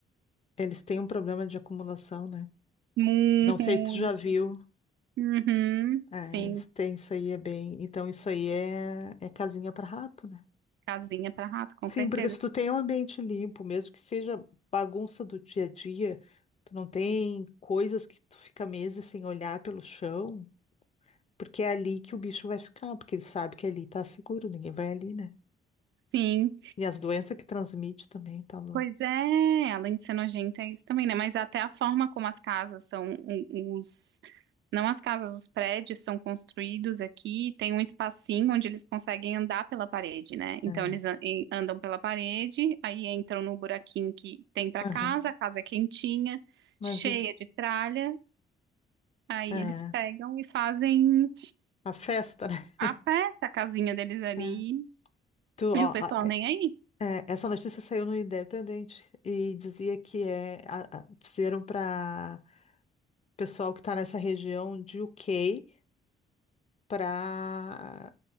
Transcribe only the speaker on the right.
Muito
ruim.
Uhum,
sim,
casinha para rato, com
certeza.
Sim.
Pois é, além de ser nojenta é isso também, né? Mas até a forma como as casas são, o- os, não as casas, os prédios são construídos aqui, tem um espacinho onde eles conseguem andar pela parede, né? Então
eles an- e- andam pela parede, aí entram no buraquinho que tem para
casa, a casa é quentinha,
cheia de tralha, aí
eles pegam e fazem
a pé a casinha deles ali,
e o pessoal
nem aí.